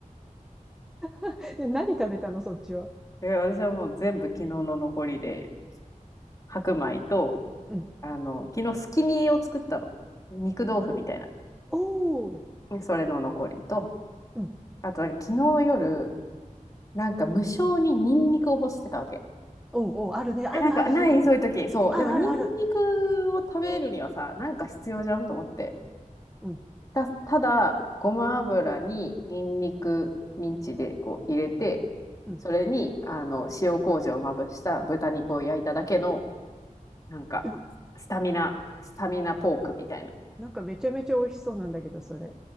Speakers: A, in the centre; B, on the left.
A: <laughs> で、何食べたの、そっちは。
B: え、私はもう全部昨日の残りで、白米と、
A: うん。
B: あの、昨日スキニーを作ったの。肉豆腐みたいな。
A: おー。
B: それの残りと、
A: うん。
B: あとなんか昨日の夜、なんか無性にニンニクを欲してたわけ。
A: おうおう、あるね。あるある、
B: え、なんか、ないそういう時。
A: そういう時。
B: そう。
A: あるあるある。
B: でも、ニンニクを食べるにはさ、なんか必要じゃんと思って。
A: うん。
B: た、ただ、ごま油にニンニク、ミンチでこう入れて、
A: うん。
B: それに、あの、塩麹をまぶした豚肉を焼いただけの、なんか、
A: う、
B: スタミナ、スタミナポークみたいな、
A: なんかめちゃめちゃ美味しそうなんだけど、それ。